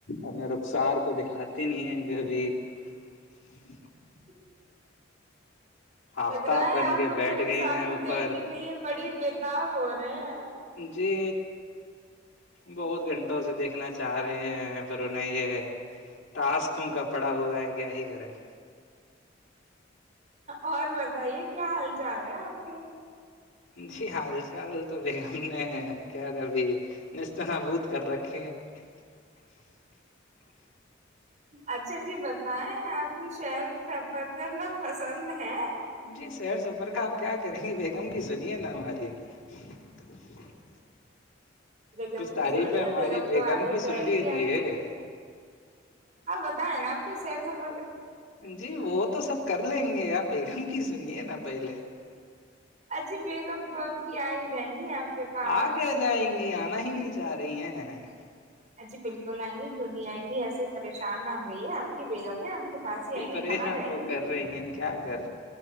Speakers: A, on the left; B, on the right.
A: اپنے <unintelligible> اصار کو دکھاتے نہیں ہیں کبھی <unintelligible>
B: <inaudible>
A: آفتاب
B: لگ رہا ہے
A: بن
B: آپ ان
A: بیٹھ
B: کے رخسار
A: گئی ہیں
B: کو
A: اوپر
B: دیکھنے کے لیے بڑی <unintelligible> ت ب رہے <unintelligible>
A: جی بہت گھنٹوں سے دیکھنا چاہ رہے ہیں پر انہیں یہ ٹاسکوں کا پڑا ہوا ہے کیا ہی کریں <unintelligible>
B: اور بتائیے کیا حال چال ہے آپ کے <unintelligible>
A: جی حال چال تو بیگم نے کیا تھابھی نست نبود کر رکھے <unintelligible>
B: اچھا جی بتائیں آپ کو شہر سفر کرنا پسند ہے <unintelligible>
A: جی سیر سفر کا آپ کیا کریں گے بیگم کی سنیے نا ہماری <unintelligible>
B: بیگم
A: کچھ تعریفیں
B: کی چھڑی ہے
A: ہماری
B: بیگم تو آ ہی
A: کی
B: جائے
A: سن لیجیے
B: گی آپ کی آپ بتیں نا آپ <unintelligible> تو س سب
A: جی وہ تو سب کر لیں گے بیگن <unintelligible> ک سن ن پائیلے <unintelligible>
B: اجی بیگم <unintelligible> تو اب کی آ ہی جائیں گی آپ <inaudible> <inaudible> پاس
A: آ کہ جیں گیار <unintelligible> نا ہی نہیں چاہ رہی ہیں <inaudible>
B: ا جی بالکل آئیں گی کیوں نہیں آئیں گی ایسے پریشان نہ ہوئی ہے آپ کی بیگم ہے <unintelligible>
A: جی
B: آئیں گی
A: پریشان
B: کہاں جائیں
A: وہ
B: گی
A: کر رہی ہیں کیا کر